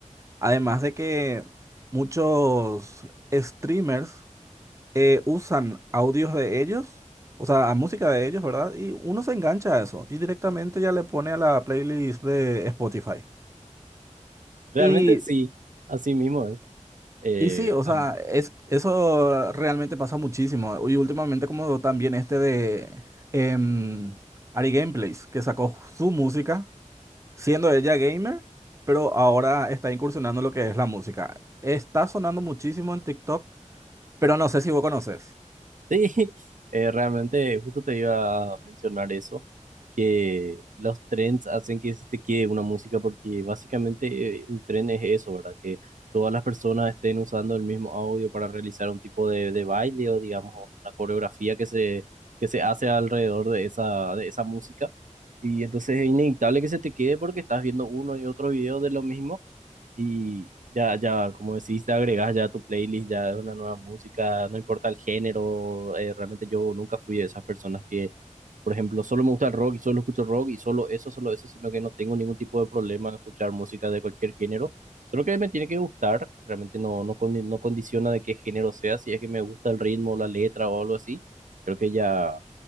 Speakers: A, on the right; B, on the right.
A: Además de que muchos streamers eh, usan audios de ellos, o sea, música de ellos, ¿verdad? Y uno se engancha a eso y directamente ya le pone a la playlist de Spotify.
B: Realmente
A: Y
B: sí, así mismo es. Eh,
A: Y sí, o sea,
B: am-
A: es, eso realmente pasa muchísimo. Y últimamente como también este de em, Ari Gameplays, que sacó su música, siendo ella gamer, pero ahora está incursionando en lo que es la música. Está sonando muchísimo en TikTok, pero no sé si vos conoces.
B: <laughs> sí, eh, realmente justo te iba a mencionar eso, que los trends hacen que se te quede una música porque básicamente eh, un tren es eso, ¿verdad? Que todas las personas estén usando el mismo audio para realizar un tipo de, de baile o digamos una coreografía que se, que se hace alrededor de esa, de esa música. Y entonces es inevitable que se te quede porque estás viendo uno y otro video de lo mismo y ya, ya, como decís, te agregas ya a tu playlist, ya es una nueva música, no importa el género, eh, realmente yo nunca fui de esas personas que, por ejemplo, solo me gusta el rock y solo escucho rock y solo eso, solo eso, sino que no tengo ningún tipo de problema en escuchar música de cualquier género, solo que me tiene que gustar, realmente no, no, condi- no condiciona de qué género sea, si es que me gusta el ritmo, la letra o algo así, creo que ya